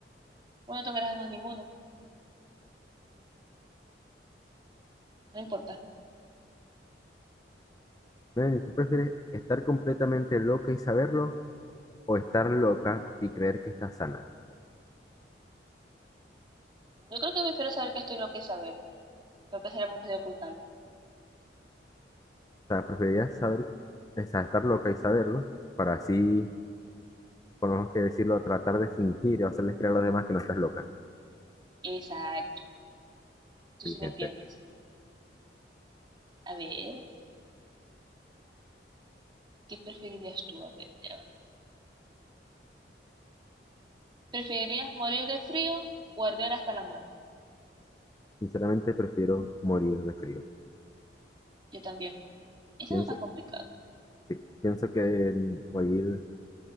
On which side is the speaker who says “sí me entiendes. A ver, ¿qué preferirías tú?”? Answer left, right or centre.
Right